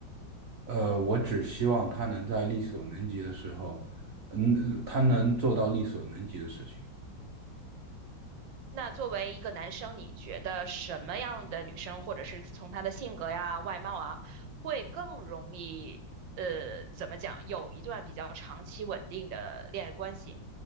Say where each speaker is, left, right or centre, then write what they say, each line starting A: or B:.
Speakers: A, on the right; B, on the right.
A: 呃，我只希望他能在力所能及的时候，嗯，他能做到力所能及的事情。
B: 那作为一个男生，你觉得什么样的女生，或者是从她的性格呀、外貌啊，会更容易呃，怎么讲，有一段比较长期稳定的恋爱关系？